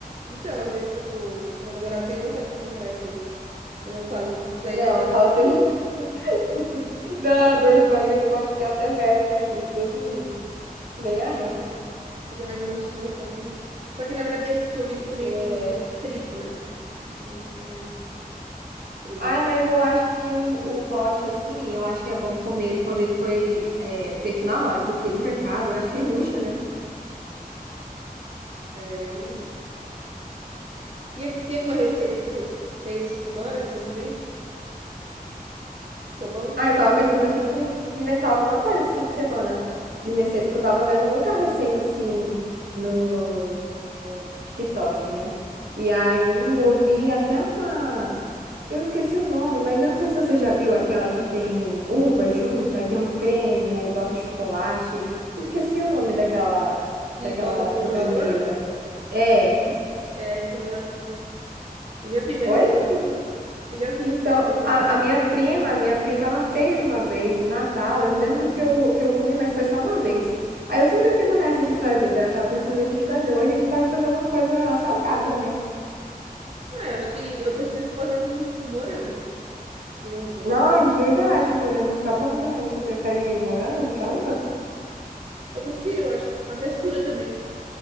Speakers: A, on the right; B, on the right.
A: Então, às vezes o, o meu namorado tem vontade de comprar esse aí. Mas eu falo, isso aí
B: Não,
A: deve dar dor
B: fala
A: de
B: pra ele.
A: barriga.
B: <laughs> Dá dor de barriga, pode ter até verme naquilo, Deus me livre. Nem
A: Fica
B: arrisco.
A: lá, com- fica na uma estufa, assim. Só que, na verdade, esses que eu vi também
B: É...
A: tem é, frito, né? Frito, não não é cru,
B: Ah,
A: né?
B: mas eu acho que o, o hot, assim, eu acho que é bom comer ele quando ele foi é, feito na hora, porque de mercado, eu acho que ele murcha, né?
A: É, eu não... E é que tem alguma receita que você fez agora, recentemente? Ficou bom?
B: Ah, eu tava pensando da gente inventar alguma coisa esse fim de semana de receita, que eu tava vendo muita receita assim no, no TikTok, né? E aí eu vi até uma. Eu esqueci o nome, mas eu não sei se você já viu aquela que tem uva junto, aí tem um creme, aí bota chocolate. Eu esqueci o nome daquela,
A: E
B: daquela
A: bota no congelador?
B: sobremesa. É.
A: É, fica geladinho, né? Eu já vi, mas
B: Oi?
A: nunca fiz, não. Eu já vi,
B: Então,
A: mas nunca
B: a,
A: fiz.
B: a minha prima, a minha prima, ela fez uma vez no Natal. Eu lembro que eu, que eu comi, mas foi só uma vez. Aí eu sempre fico nessa de fazer, daí eu tava pensando a gente fazer. Ou a gente pode fazer alguma coisa salgada, né?
A: Ah, eu acho que eu prefiro fazer com, tipo, morango e uva,
B: Não, é verdade,
A: eu acho.
B: morango fica bom também. Você prefere o morango do que a uva?
A: Eu prefiro, eu acho. A textura também.